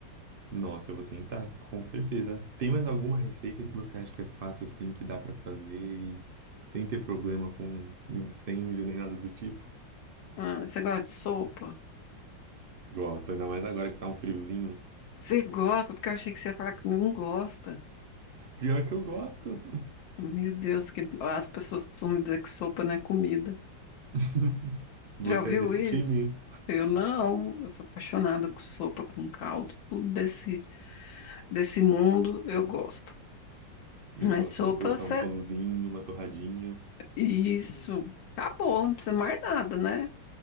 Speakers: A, on the right (about 75°); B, on the left (about 80°).
A: Nossa, eu vou tentar, com certeza. Tem mais alguma receita que você acha que é fácil assim, que dá pra fazer e sem ter problema com incêndio nem nada do tipo?
B: Ah, você gosta de sopa?
A: Gosto, ainda mais agora que tá um friozinho.
B: Você gosta, porque eu achei que você ia falar que não gosta.
A: Pior que eu gosto.
B: Meu Deus, que as pessoas costumam dizer que sopa não é comida.
A: <laughs> Você
B: Já ouviu
A: é desse
B: isso?
A: time?
B: Eu não, eu sou apaixonada com sopa, com caldo, tudo desse, desse mundo eu gosto.
A: Eu
B: Mas
A: gosto
B: sopa,
A: também de colocar
B: você...
A: um pãozinho, uma torradinha.
B: Isso, acabou, não precisa mais nada, né?